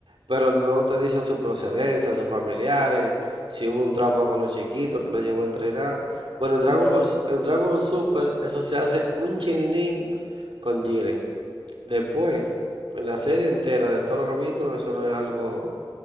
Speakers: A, on the right (about 70°); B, on the left (about 20°).
A: Pero no te dicen su procedencia, sus familiares, si hubo un trauma con los chiquitos que lo llevó a entrenar. Bueno, en Dragon
B: <laughs> Claro,
A: Ball, S-
B: claro.
A: en Dragon Super, eso se hace un chininín con Jiren. Después, en la serie entera de todos los capítulos, eso no es algo